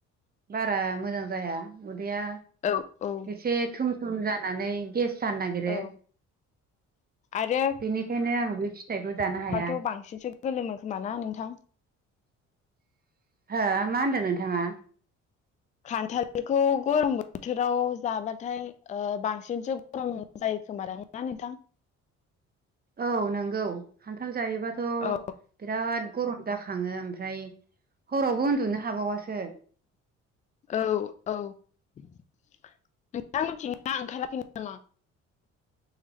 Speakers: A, on the right (about 30°); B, on the left (about 25°).
A: बारा मोजां जाया, उदैया
B: औ औ
A: एसे थुम <unintelligible> जानानै गेस जानो नागिरो।
B: औ आरो
A: बेनिखायनो आं बे फिथाइखौ जानो
B: माबाथ'
A: हाया।
B: बांसिनसो
A: <unintelligible>
B: गोलोमो खोमा ना नोंथां
A: हो मा होनदों नोंथाङा?
B: खान्थालखौ गरम बोथोराव जाबाथाय बांसिनसो गरम जायो। <unintelligible> नोंथां।
A: औ नंगौ। खान्थाल जायोबाथ'
B: औ
A: बिराद गरम दा खाङो ओमफ्राय हरावबो उन्दुनो हाबावासो।
B: औ औ। <unintelligible> नामा?